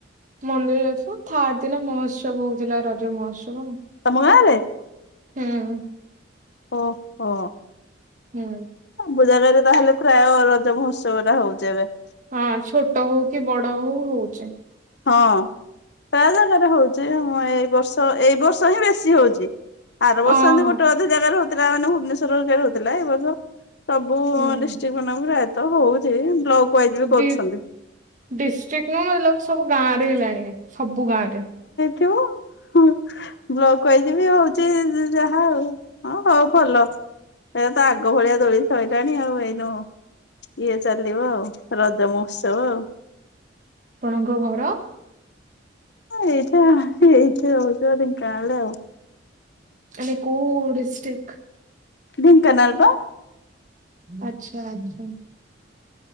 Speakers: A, on the right (about 40°); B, on the left (about 60°).
A: ମନ୍ଦିର ଯାଇଥିଲୁ ଥାର୍ ଦିନ ମହୋତ୍ସବ ହଉଥିଲା ରଜ ମହୋତ୍ସବ ଆଉ।
B: ତମ ଗାଁ ରେ?
A: ହୁଁ।
B: ଓ ହୋ।
A: ହୁଁ।
B: କୋଉ ଜାଗାରେ ତାହେଲେ ପ୍ରାୟ ରଜ ମହୋତ୍ସବ ଟା ହଉଛି ଏବେ।
A: ହଁ ଛୋଟ ହଉ କି ବଡ ହଉ ହଉଚି।
B: ହଁ ପ୍ରାୟ ଜାଗାରେ ହଉଛି ଏଇ ବର୍ଷ ଏଇ ବର୍ଷ ହିଁ ବେଶୀ ହଉଛି। ଆର ବର୍ଷ
A: ଅହଁ
B: ଏମିତି ଗୋଟେ ଅଧେ ଜାଗାରେ ହଉ ଥିଲା ମାନେ ଭୁବନେଶ୍ଵର ରେ ରହୁଥିଲା ଏ ବର୍ଷ ସବୁ
A: ହୁଁ
B: ଡିଷ୍ଟ୍ରିକ୍ଟ ମାନଙ୍କୁ ପ୍ରାୟତଃ ହଉ ହେଇ ବ୍ଲକ ୱାଇଜ ବି କରୁଛନ୍ତି।
A: ଡି ଡିଷ୍ଟ୍ରିକ୍ ନୁହଁ ମତେ ଲାଗୁଛି ସବୁ ଗାଁରେ ହେଲାଣି? ସବୁ ଗାଁରେ।
B: ବ୍ଲକ୍ ୱାଇଜ୍ ବି ହଉଛି ଯାହା ଆଉ ହଁ ହଉ ଭଲ ଏ ତ ଆଗ ଭଳିଆ ଦୋଳି ସରଲାଣି ଆଉ ଏଇନୁ ଇଏ ଚାଲିବ ଆଉ। ରଜ ମହୋତ୍ସବ ଆଉ।
A: ଆପଣଙ୍କ ଘର?
B: ଏଇଟା ଏଇଠି ରହୁଛୁ ବା ଢ଼େଙ୍କାନାଳରେ ଆଉ।
A: ମାନେ କୋଉ ଡିଷ୍ଟ୍ରିକ?
B: ଢ଼େଙ୍କାନାଳ ବା।
A: ଆଛା ଆଛା।